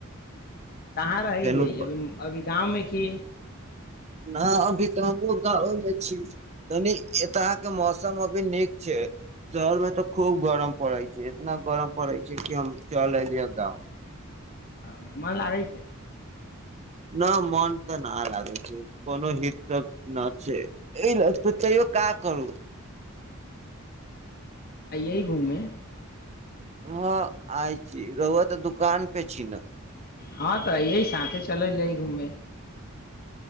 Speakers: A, on the left (about 45°); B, on the right (about 30°).
A: कहाँ रहै
B: फेनू
A: यै अभ अभी गाँवमे की
B: नहि अभी तऽ हमहुूँ गाँवेमे छी तनी एतके मौसम अभी नीक छै शहरमे तऽ खूब गरम पड़ै छै इतना गरम पड़ै छै कि हम चल एलियै गाँव
A: ह मन लागै छै
B: न मोन तऽ न लागै छै कोनो हित सब नहि छै एहि त तैयो का करू
A: ययह घुमे
B: हँ आय छी रउआ तऽ दुकान पे छी न
A: हँ तऽ अइ साे चलै जाइ घूमे